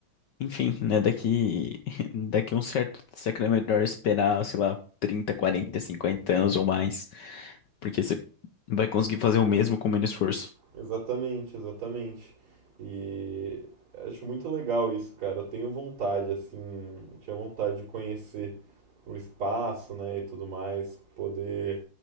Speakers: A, on the left; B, on the right.
A: Enfim, né? Daqui, <laughs> daqui a um certo... Será que não é melhor esperar, sei lá, 30 40 50 anos ou mais? Porque você vai conseguir fazer o mesmo com menos esforço.
B: Exatamente, exatamente. E acho muito legal isso, cara. Eu tenho vontade, assim, eu tinha vontade de conhecer o espaço, né, e tudo mais, poder